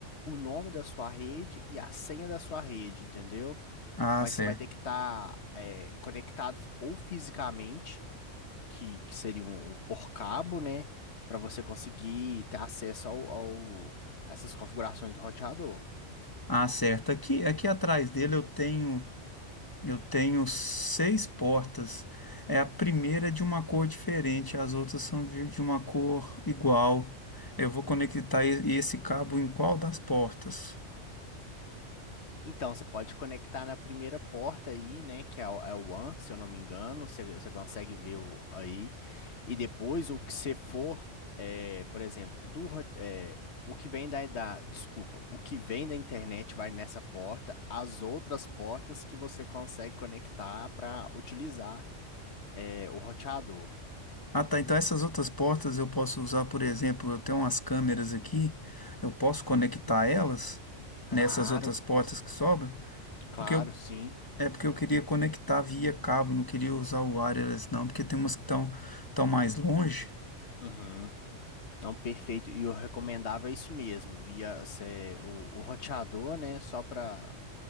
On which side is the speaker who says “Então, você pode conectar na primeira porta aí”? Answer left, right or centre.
Left